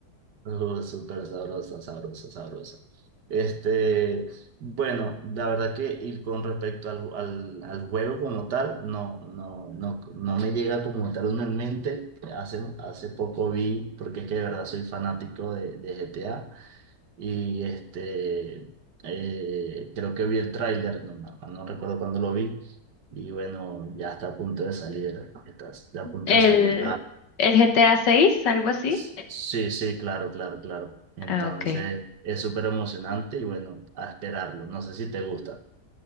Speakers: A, on the right (about 75°); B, on the left (about 90°).
A: <laughs> Uh, súper sabrosa, sabrosa, sabrosa. Este, bueno, la verdad que y con respecto al, al, al juego como tal, no, no, no, no me llega como tal uno en mente. Hace, hace poco vi, porque es que de verdad soy fanático de, de GTA, y este, eh, creo que vi el tráiler, no, no no recuerdo cuándo lo vi, y bueno, ya está a punto de salir, está, está a punto
B: El,
A: de salir
B: el GTA 6, algo así.
A: Sí, sí, claro, claro, claro. Entonces
B: Ah, ok.
A: es súper emocionante y bueno, a esperarlo. No sé si te gusta.